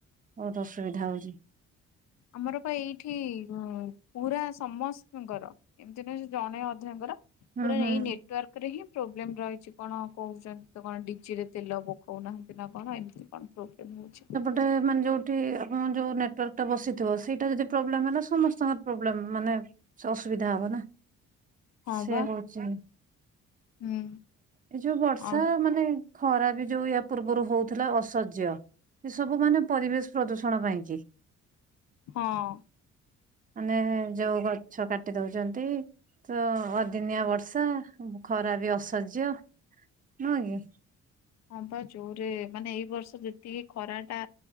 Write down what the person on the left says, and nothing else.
ଆମର ବା ଏଇଠି ହଁ ପୁରା ସମସ୍ତଙ୍କର ଏମତି ନୁହେଁ ଜଣେ ଅଧେଙ୍କର ପୁରା
ଏଇ ନେଟୱର୍କ ତାରେ ହିଁ ପ୍ରୋବ୍ଲେମ ରହିଛି କଣ କହୁଛନ୍ତି ତ କଣ ଡିଜି ରେ ତେଲ ପକାଉନାହାଁନ୍ତି ନା କଣ ଏମିତି। କଣ ପ୍ରୋବ୍ଲେମ୍ ହଉଛି।
ହଁ
ବା
ହୁଁ
ଆଉ
ହଁ।
ହଁ ବା ଯୋରେ ମାନେ ଏଇ ବର୍ଷ ଯେତିକି ଖରା ଟା